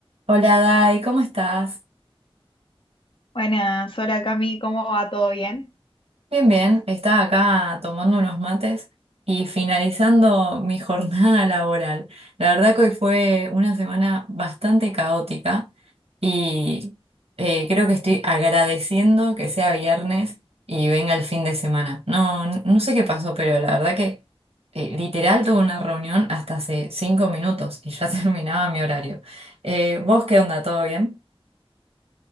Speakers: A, on the right; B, on the left.
A: Hola Dai, ¿cómo estás?
B: Buenas, hola Cami, ¿cómo va? ¿Todo bien?
A: Bien, bien, estaba acá tomando unos mates y finalizando mi <laughs> jornada laboral. La verdad que hoy fue una semana bastante caótica y eh, creo que estoy agradeciendo que sea viernes y venga el fin de semana. No, no sé qué pasó, pero la verdad que eh, literal tuve una reunión hasta hace cinco minutos y ya <laughs> terminaba mi horario. Eh, ¿vos qué onda? ¿Todo bien?